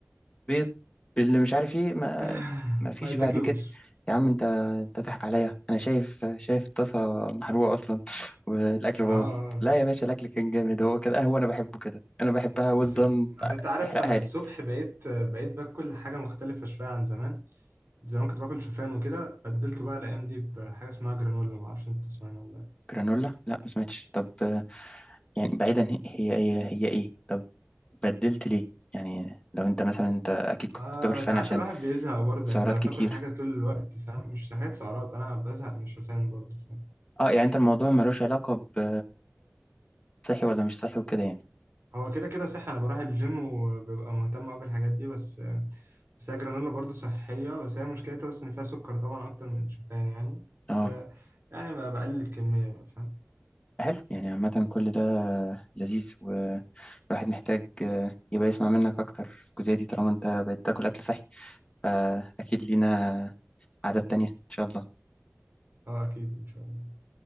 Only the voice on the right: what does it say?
<laughs>
ما يتاكلوش
اه اه
بس
بس انت عارف
انا الصبح
بقيت بقيت باكل حاجه مختلفه شويه عن زمان زمان كنت باكل شوفان وكده بدلته بقى الايام دي بحاجه اسمها جرانولا ما اعرفش انت تسمعنا ولا لا
آه
ساعات
الواحد بيزهق برضه
يعني انت لما
تاكل حاجه طول الوقت فاهم مش حاجات سعرات انا بزهق من الشوفان برضه فاهم
هو كده كده صح انا بروح الجيم وببقى مهتم قوي بالحاجات دي بس بس هي جرانولا برضه صحيه بس هي مشكلتها بس ان فيها سكر طبعا اكتر من الشوفان يعني بس
يعني بقلل الكميه بقى، فاهم
اه اكيد ان شاء الله